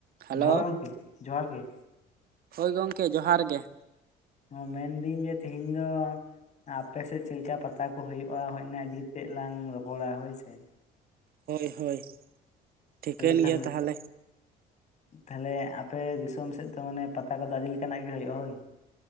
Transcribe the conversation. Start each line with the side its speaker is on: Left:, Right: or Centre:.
Right: ᱦᱮᱞᱳ
Left: ᱡᱚᱦᱟᱨ ᱜᱚᱝᱠᱮ ᱡᱚᱦᱟᱨ ᱜᱮ᱾
Right: ᱦᱳᱭ ᱜᱚᱝᱠᱮ ᱡᱚᱦᱟᱨ ᱜᱮ᱾
Left: ᱚ ᱢᱮᱱ ᱫᱤᱹᱧ ᱡᱮ ᱛᱮᱦᱮᱧ ᱫᱚ ᱟᱯᱮ ᱥᱮᱫ ᱪᱮᱫ ᱞᱮᱠᱟ ᱯᱟᱛᱟ ᱠᱚ ᱦᱳᱭᱳᱜᱼᱟ ᱦᱳᱭ ᱚᱱᱟ ᱤᱫᱤ ᱠᱟᱛᱮᱜ ᱞᱟᱝ ᱨᱚᱯᱚᱲᱟ ᱦᱳᱭ ᱥᱮ᱾
Right: ᱦᱳᱭ ᱦᱳᱭ ᱴᱷᱤᱠᱟᱹᱱ
Left: <unintelligible>
Right: ᱜᱮᱭᱟ ᱛᱟᱦᱚᱞᱮ
Left: ᱛᱟᱦᱞᱮ ᱟᱯᱮ ᱫᱤᱥᱚᱢ ᱥᱮᱫ ᱫᱚ ᱢᱟᱱᱮ ᱯᱟᱛᱟ ᱠᱚᱫᱚ ᱟᱹᱰᱤ ᱞᱮᱠᱟᱱᱟᱜ ᱜᱮ ᱦᱳᱭᱳᱜᱼᱟ ᱦᱳᱭ᱾